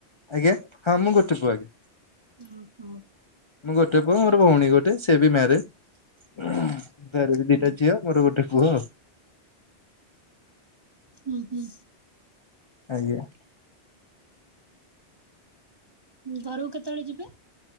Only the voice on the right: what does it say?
ଓହୋ
ହୁଁ
ହୁଁ, ହୁଁ।
ଘରକୁ କେତେବେଳେ ଯିବେ?